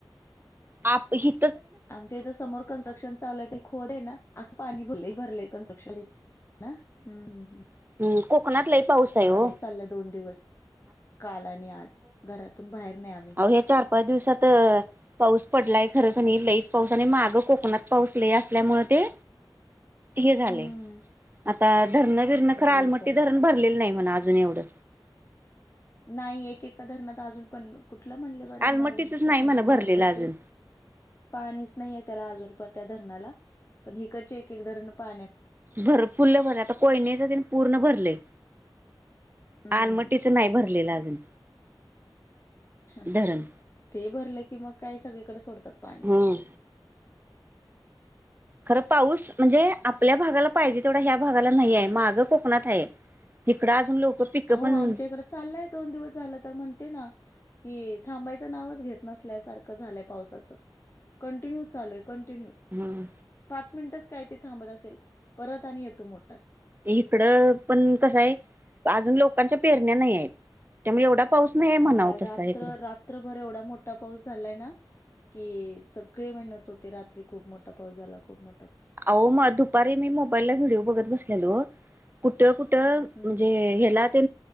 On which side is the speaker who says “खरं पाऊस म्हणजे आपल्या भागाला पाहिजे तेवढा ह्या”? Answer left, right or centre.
Right